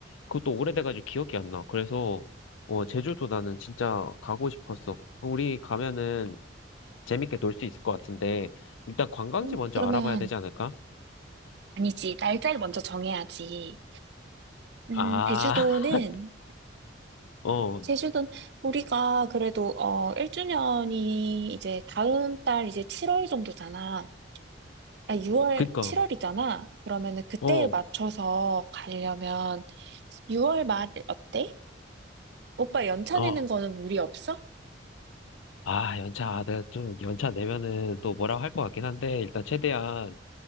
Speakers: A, on the left; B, on the right.
A: 그것도 오래돼가지고 기억이 안 나. 그래서, 어, 제주도 나는 진짜 가고 싶었어. 우리 가면은 재밌게 놀 수 있을 것 같은데, 일단 관광지
B: 음,
A: 먼저
B: 그러면
A: 알아봐야 되지 않을까?
B: 아니지. 날짜를 먼저 정해야지. 음,
A: 아,
B: 제주도는
A: <laughs> 어.
B: 제주도는 우리가 그래도 어 1주년이 이제 다음 달 이제 7월 정도잖아. 아, 6월
A: 그니까,
B: 7월이잖아. 그러면은 그때에
A: 어,
B: 맞춰서 가려면 6월 말 어때? 오빠 연차
A: 어,
B: 내는 거는 무리 없어?
A: 아, 연차, 아, 내가 좀 연차 내면은 또 뭐라고 할 것 같긴 한데, 일단 최대한,